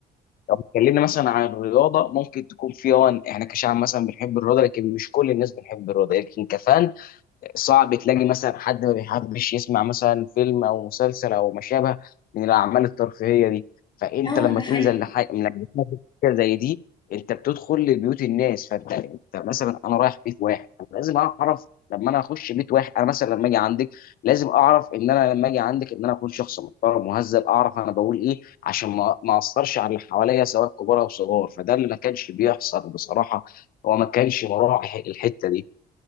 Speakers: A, on the left (about 60°); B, on the left (about 25°).
A: لو اتكلمنا مثلا عن الرياضه ممكن تكون في اه احنا كشعب مثلا بنحب الرياضه لكن مش كل الناس بنحب الرياضه لكن كفان صعب تلاقي مثلا حد ما بيحبش يسمع مثلا فيلم او مسلسل او ما شابه من الاعمال الترفيهيه دي فانت
B: اه
A: لما
B: ده حقيقي
A: تنزل لحاجه لما تنزل حاجه زي دي انت بتدخل لبيوت الناس فانت انت مثلا انا رايح بيت واحد لازم اعرف لما انا اخش بيت واحد انا مثلا لما اجي عندك لازم اعرف ان انا لما اجي عندك ان انا اكون شخص محترم مهذب اعرف انا بقول ايه عشان ما ما اثرش على اللي حواليا سواء كبار او صغار فده اللي ما كانش بيحصل بصراحه هو ما كانش مراعي الحته دي